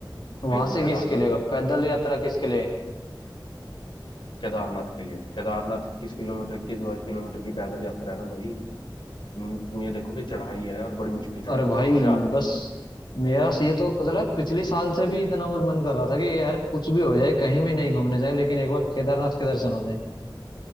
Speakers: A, on the left; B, on the left.
A: वहां
B: फिर हम
A: से
B: केदारनाथ
A: किसके लिए होगा? पैदल यात्रा किसके लिए
B: केदारनाथ के लिए केदारनाथ इक्कीस किलोमीटर इक्कीस बाईस किलोमीटर की पैदल यात्रा है ना भाई तुम तुम ये देखो कि चढ़ाई है और बड़ी मुश्किल चढ़ाई
A: अरे भाई
B: है मजा आ जाएगा
A: बस
B: भाई
A: मेरा से ये तो पता लगा पिछली साल से भी इतना वो मन कर रहा था कि यार कुछ भी हो जाए कहीं भी नहीं घूमने जाए लेकिन एक बार केदारनाथ के दर्शन हो जाए